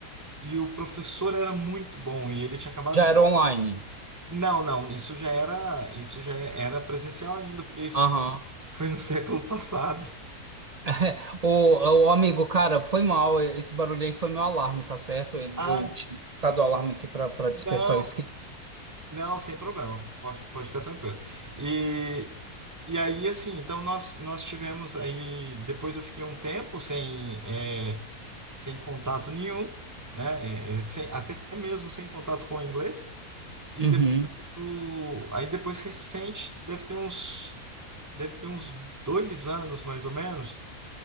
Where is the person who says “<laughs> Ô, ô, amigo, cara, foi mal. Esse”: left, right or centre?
Right